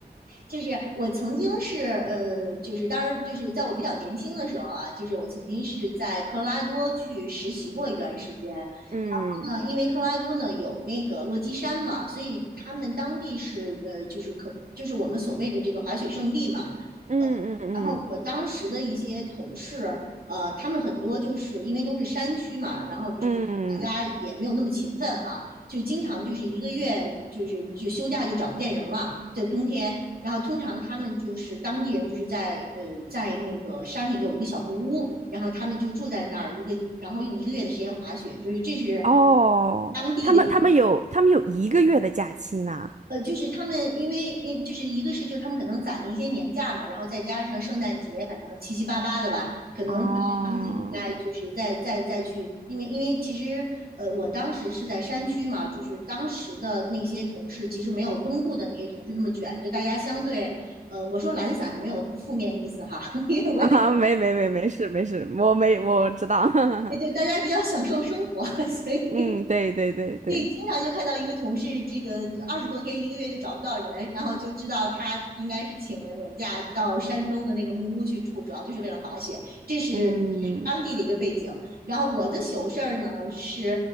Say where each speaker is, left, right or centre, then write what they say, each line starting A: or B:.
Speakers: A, on the right (about 65°); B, on the right (about 45°).
A: 就是我曾经是呃，就是当然就是在我比较年轻的时候啊，就是我曾经是在科罗拉多去实习过一段时间。然
B: 嗯
A: 后呢，因为科罗拉多呢有那个落基山嘛，所以他们当地是呃，就是可就是我们所谓的这个滑雪圣地嘛。
B: 嗯嗯嗯
A: 然后我当时的一些同事，呃，他们很多就是因为都是山区嘛，然后就是大家也没有那么勤奋哈，
B: 嗯，
A: 就经常就是一个月就是就休假就找不见人了，在冬天。然后通常他们就是当地人，就是在呃在那个山里有一个小木屋，然后他们就住在那儿一个，然后用一个月的时间滑雪，就是这是
B: 哦，
A: 当地的一个
B: 他们他们有他们有一个月的假期呢。
A: 呃，就是他们因为因就是一个是就是他们可能攒了一些年假嘛，然后再加上圣诞节，反正七七八八的吧，可能他们自己再就是再再再去，
B: 哦，
A: 因为因为其实呃我当时是在山区嘛，就是当时的那些同事其实没有东部的那些同事那么卷，就大家相对呃我说懒散没有负面意思哈，<laughs> 因为我也
B: <laughs> 啊，没没没没事没事，我没我知道。<laughs>
A: 就大家比较享受生活，<laughs> 所以
B: 嗯，对对对对，
A: 对，经常就看到一个同事，这个二十多天一个月就找不到人，然后就知道他应该是请了年假到山中的那个木屋去住，主要就是为了滑雪，这是
B: 嗯，
A: 当地的一个背景。然后我的糗事儿呢，是